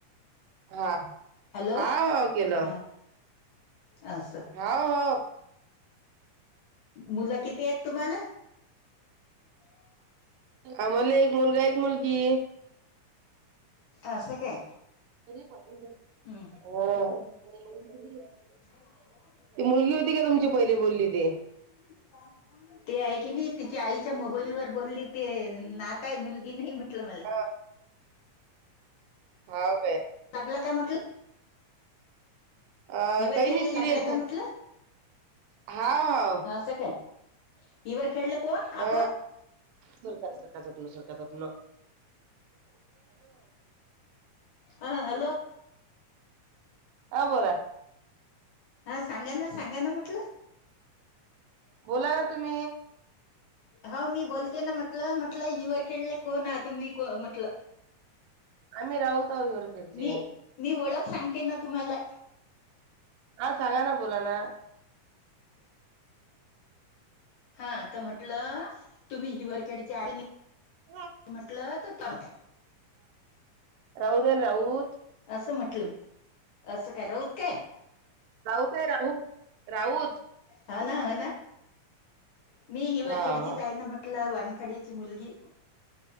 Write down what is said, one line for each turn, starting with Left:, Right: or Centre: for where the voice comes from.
Right: हा
Left: हॅलो
Right: हाव केलं.
Left: हा असं
Right: हा हो
Left: मुलं किती एत तुम्हाला? <inaudible>
Right: आम्हाले एक मुलगा एक मुलगी.
Left: अस काय?
Right: ओ.
Left: हम्म नाय गो बो
Right: ती मुलगी होती काय तुमची पहिले बोलले ते?
Left: <inaudible> ते हाय की नाई तिच्या आईच्या मोबाईल वर बोलली ते नात आय मुलगी नाय म्हटलं मला.
Right: हा हाव काय.
Left: लागला काय म्हटलं?
Right: अ
Left: हिवर
Right: काही
Left: खेळले
Right: नाय तिले
Left: लागला काय म्हटलं
Right: हाव.
Left: असं काय? इवर खेडलं कोण? आपण
Right: अ, दूर करा सरका तथन सरका तथन.
Left: हा हॅलो.
Right: हा बोला.
Left: हा सांगा ना सांगा ना म्हटलं.
Right: बोला तुम्ही.
Left: हो मी बोलते ना म्हटलं म्हटलं इवर खेडले कोण आ तुम्ही को म्हटलं?
Right: आम्ही राऊत हाव इवर खेडचे.
Left: मी मी ओळख सांगते ना तुम्हाला.
Right: हा सांगा ना बोला ना.
Left: हा तर म्हंटलं तुम्ही हिवर खेडच्या हात की
Right: <unintelligible>
Left: म्हटलत <unintelligible>
Right: राऊत ए राऊत.
Left: असं म्हटलं. असं काय राऊत काय?
Right: राऊत ए राऊत राऊत.
Left: हना, होना. मी हिवर
Right: हा
Left: खेडची
Right: हा
Left: आहेना, म्हटलं वानखडे ची मुलगी.